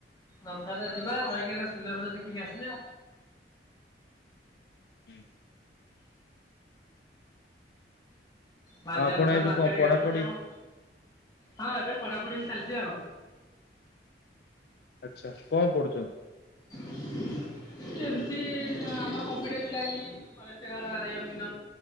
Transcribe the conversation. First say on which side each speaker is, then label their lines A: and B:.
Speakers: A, on the left (about 20°); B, on the left (about 60°).
A: ରଥଟା ଯିବା ରହିକି ସୁନ୍ଦର ବଷ ଦେଖିକି ଆସିବା
B: ହୁଁ
A: ବାଲଜା
B: ଆଉ ଆପଣ
A: ତ ତ
B: ଏବେ
A: ମାର୍କେଟ
B: କଣ ପଢାପଢି
A: ଗାନ୍ଛୁଛିମ ହଁ ଏବେ ପଢାପଢି ହ ଚାଲିଛି ଆଉ
B: ଆଚଛା କଣ ପଢୁଛନ୍ତି
A: ହ ଏମିତି ଆମର competitive line forest guard ଆରୟମନ୍